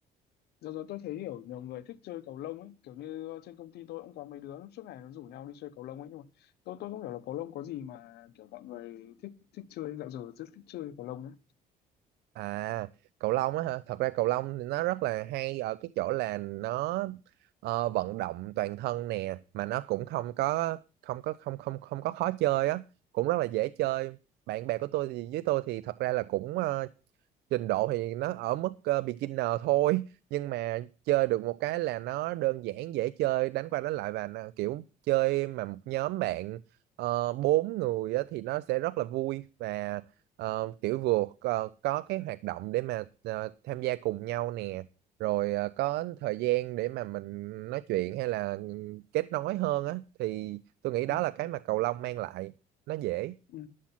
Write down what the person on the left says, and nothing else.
Giờ rồi tôi thấy hiểu nhiều người thích chơi cầu lông ấy, kiểu như ờ, trên công ty tôi cũng có mấy đứa suốt ngày nó rủ nhau đi chơi cầu lông ấy nhưng mà tôi tôi không hiểu là cầu lông có gì mà kiểu mọi người thích thích chơi dạo giờ rất thích chơi cầu lông ấy.
Ừ,
ừ.